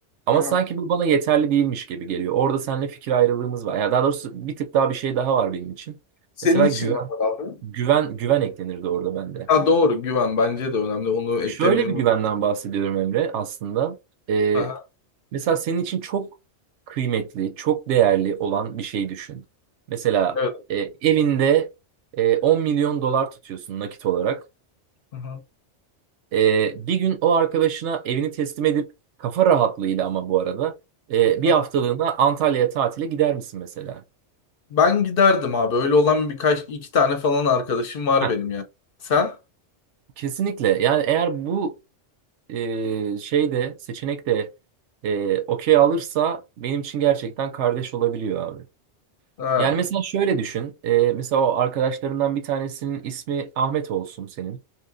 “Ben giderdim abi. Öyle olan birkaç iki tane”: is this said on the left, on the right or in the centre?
Left